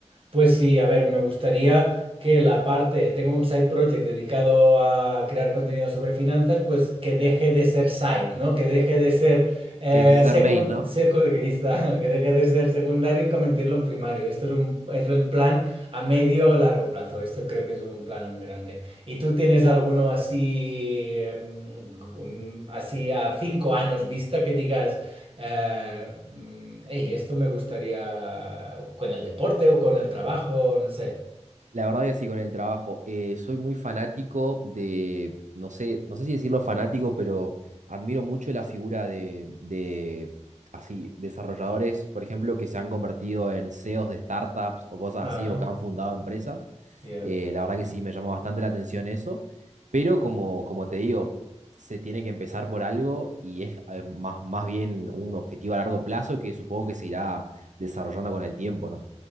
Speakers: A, on the right; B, on the right.
A: Pues sí, a ver, me gustaría que la parte, tengo un side project dedicado a crear contenido sobre finanzas, pues que deje de ser side, ¿no? Que deje de ser eh,
B: Que empieces
A: secu-
B: a ser main, ¿no?
A: secu- <laughs> que quizá- que deje de ser secundario y convertirlo en primario. Esto es un, es el plan a medio o largo plazo. Esto creo que es un plan grande. ¿Y tú tienes alguno así, em, así a cinco años vista que digas? Eh, mm, "Ey, esto me gustaría con el deporte o con el trabajo, no sé.
B: La verdad que sí, con el trabajo. Eh, soy muy fanático de, no sé, no sé si decirlo fanático, pero admiro mucho la figura de, de, así, desarrolladores, por ejemplo, que se han convertido en CEOs de startups o cosas
A: Ah,
B: así, o que han fundado empresas.
A: ya,
B: Eh, la verdad que sí, me llamó bastante la atención eso, pero como, como te digo, se tiene que empezar por algo y es eh, más, más bien un objetivo a largo plazo que supongo que se irá desarrollando con el tiempo, ¿no?